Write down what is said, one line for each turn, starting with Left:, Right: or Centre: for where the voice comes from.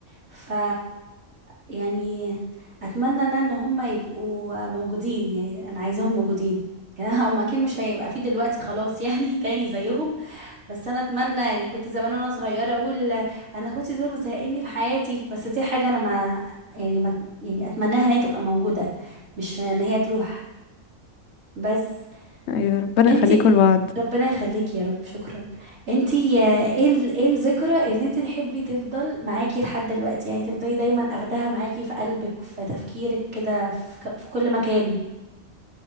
Right: ف يعني اتمنى انا ان هم يبقوا موجودين يعني انا عايزاهم موجودين <laughs> يعني هم اكيد مش هيبقى في دلوقتي خلاص يعني <laughs> تاني زيهم بس انا اتمنى يعني كنت زمان وانا صغيره اقول انا اخواتي دول مزهقني في حياتي بس دي حاجه انا ما يعني ما يعني اتمناها ان هي تبقى موجوده مش ان هي تروح بس
Left: ايوه ربنا
Right: انتي
Left: يخليكم لبعض
Right: ربنا يخليكي يا رب شكرا انتي آه، ايه ال- ايه الذكرى اللي انتي تحبي تفضل معاكي لحد دلوقتي يعني تفضلي دايما اخداها معاكي في قلبك في تفكيرك كده في, ك- في كل مكان